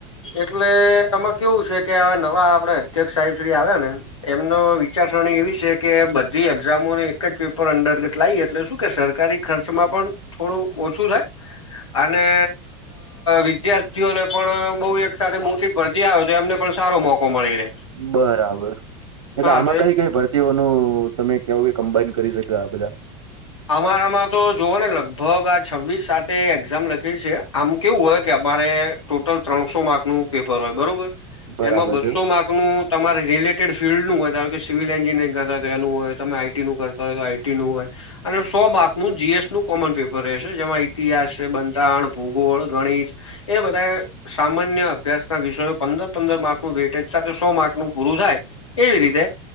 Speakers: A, on the left (about 80°); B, on the right (about 70°).
A: એટલે એમાં કેવું છે કે નવા આપડે અધ્યક્ષ સાહેબ શ્રી આવ ને. એમનો વિચારસરણી એવી છે કે બધી એક્ઝામોને એક જ પેપર અંદર્ગત લાવ એટલે શું કે સરકારી ખર્ચમાં પણ થોડું ઓછું થાય. અને વિદ્યાર્થીઓને પણ બહ એક સાથે મોટી ભરથી આવે તો એમને પણ સારો મોકો મળી રહે.
B: બરાબર એટલે
A: હા
B: આમાં
A: તો
B: કઈ
A: એક
B: કઈ ભરત તેવો નું તમે કેવો કે કમ્બાાઈન કરી શકે આ બધા.
A: આમાં ને આમાં તો જોવો ને લગભગ આ છવ્વીસ સાતે એક્ઝામ લખી છે આમા કેવું હોય કે અમારે ટોટલ ત્રણસો માર્ક નું પેપર હોય બરોબર
B: બરાબર
A: એમાં બસો
B: છે
A: માર્ક નું તમારે રિલેટેડ ફિલ્ડનું હોય ધારો કે સિવિલ એન્જિનિયરિંગ કરતા હો એનું હોય તમે આઈટીનું કરતા હોય તો ટી નું હોય અને સો માર્કનું જી એસ નું કોમન પેપર રહેશે જેમાં ઇતિહાસ છે બંધારણ ભૂગોળ ગણિત એ બધા સામાન્ય અભ્યાસ ના વિષયો પંદર પંદર માર્કનું વેટેજ સાથે સો માર્કનું પૂરું થાય. એવી રીતે